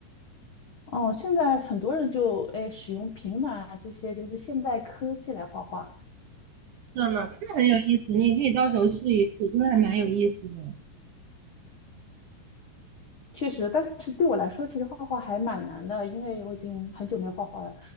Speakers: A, on the left; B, on the right.
A: 哦，现在很多人就哎使用平板啊这些就是现代科技来画画，
B: 真的，真的很有意思，你也可以到时候试一试，真的还蛮有意思的。
A: 确实，但是对我来说，其实画画还蛮难的，因为我已经很久没有画画了，